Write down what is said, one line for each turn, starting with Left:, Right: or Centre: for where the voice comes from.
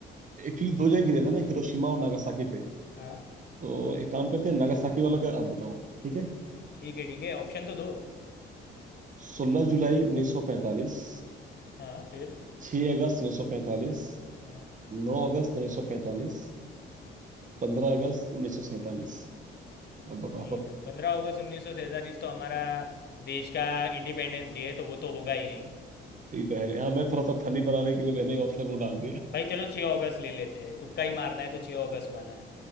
Right: एक्चुअली दो जगह गिरे थे ना हिरोशिमा और नागासाकी पे
Left: हाँ
Right: तो एक काम करते हैं नागासाकी वाला का आप बताओ ठीक है
Left: ठीक है ठीक है ऑप्शन तो दो
Right: सोलह जुलाई उन्नीस सौ पैंतालीस
Left: हाँ फिर
Right: छः अगस्त उन्नीस सौ पैंतालीस
Left: हाँ
Right: नौ अगस्त उन्नीस सौ पैंतालीस पंद्रह अगस्त उन्नीस सौ सैंतालीस अब बताओ
Left: नहीं भाई पंद्रह अगस्त उन्नीस सौ तैंतालीस तो हमारा देश का इंडिपेंडेंस डे है तो वो तो होगा ही नहीं
Right: ये तो है नहीं हाँ मैं थोड़ा सा फनी बनाने के लिए मैंने ऑप्शन वो डाल दिया
Left: भाई चलो छः अगस्त ले लेते हैं तुक्का ही मारना है तो छः अगस्त वाला